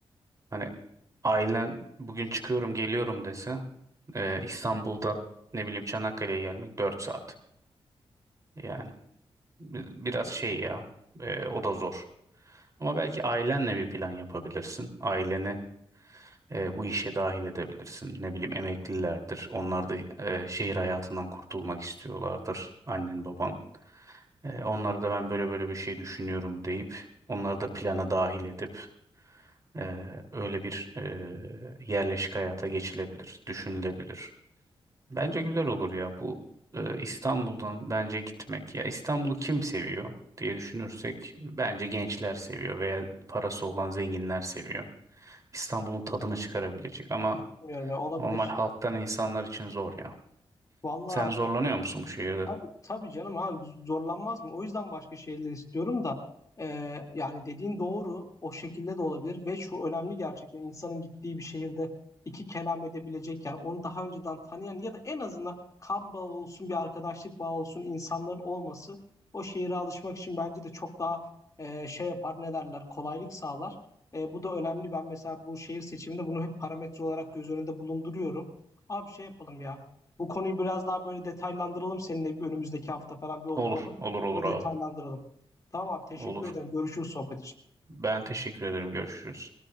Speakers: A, on the right; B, on the left.
A: Hani ailen bugün çıkıyorum geliyorum dese e, İstanbul'dan ne bileyim Çanakkale'ye gelmek 4 saat. Yani bi- biraz şey ya e, o da zor. Ama belki ailenle bir plan yapabilirsin. Aileni e, bu işe dahil edebilirsin. Ne bileyim emeklilerdir. Onlar da e, şehir hayatından kurtulmak istiyorlardır. Annen baban. E, onlara da ben böyle böyle bir şey düşünüyorum deyip onları da plana dahil edip e, öyle bir e, yerleşik hayata geçilebilir, düşünülebilir. Bence güzel olur ya bu e, İstanbul'dan bence gitmek. Ya İstanbul'u kim seviyor diye düşünürsek bence gençler seviyor veya parası olan zenginler seviyor. İstanbul'un tadını çıkarabilecek ama
B: Bilmiyorum ya olabilir.
A: Normal halktan insanlar için zor ya.
B: Valla
A: Sen zorlanıyor musun bu şehirde?
B: Tabii, tabii canım abi zorlanmaz mı? O yüzden başka şeyler istiyorum da e, yani dediğin doğru o şekilde de olabilir ve şu önemli gerçekten insanın gittiği bir şehirde iki kelam edebilecek yani onu daha önceden tanıyan ya da en azından kan bağı olsun bir arkadaşlık bağı olsun insanların olması o şehire alışmak için bence de çok daha e, şey yapar ne derler kolaylık sağlar. E, bu da önemli ben mesela bu şehir seçiminde bunu hep parametre olarak göz önünde bulunduruyorum. Abi şey yapalım ya. Bu konuyu biraz daha böyle detaylandıralım seninle bir önümüzdeki hafta falan bir oturalım.
A: Olur, olur, olur
B: Bunu
A: abi.
B: detaylandıralım. Tamam abi teşekkür
A: Olur.
B: ederim. Görüşürüz sohbet için.
A: Ben teşekkür ederim. Görüşürüz.